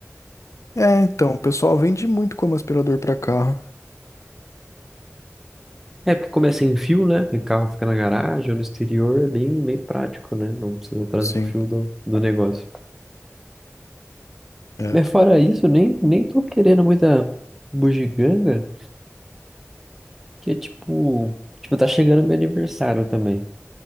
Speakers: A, on the left; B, in the centre.
A: É, então, o pessoal vende muito como aspirador pra carro.
B: É porque começa em fio, né? O carro fica na garagem ou no exterior, é bem, bem prático, né? Não precisa trazer
A: Sim,
B: o fio do, do negócio.
A: é.
B: Mas fora isso, eu nem, nem tô querendo muita bugiganga, que é tipo, tipo, tá chegando meu aniversário também.